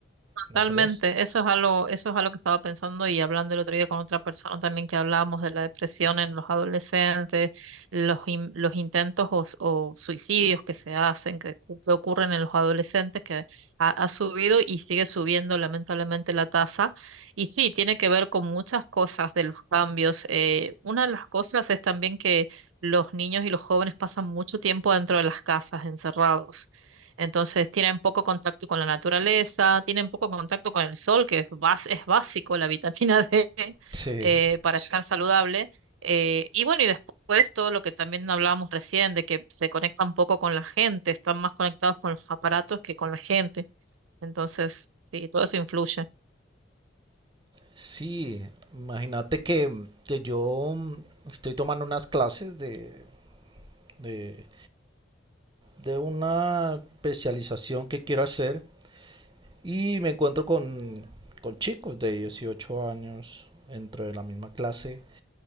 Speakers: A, on the right; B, on the right.
A: ¿No
B: Totalmente,
A: crees?
B: eso es algo, eso es algo que estaba pensando y hablando el otro día con otra persona también que hablábamos de la depresión en los adolescentes, los, in- los intentos o, s- o suicidios que se hacen, que, cu- que ocurren en los adolescentes, que ha, ha subido y sigue subiendo lamentablemente la tasa. Y sí, tiene que ver con muchas cosas de los cambios. Eh, una de las cosas es también que los niños y los jóvenes pasan mucho tiempo dentro de las casas, encerrados. Entonces tienen poco contacto con la naturaleza, tienen poco contacto con el sol, que es, bas- es básico la vitamina <laughs> D
A: Sí.
B: eh, para estar saludable. Eh, y bueno, y después todo lo que también hablábamos recién, de que se conectan poco con la gente, están más conectados con los aparatos que con la gente. Entonces, sí, todo eso influye.
A: Sí, imagínate que, que yo estoy tomando unas clases de, de, de una especialización que quiero hacer Y me encuentro con, con chicos de 18 años dentro de la misma clase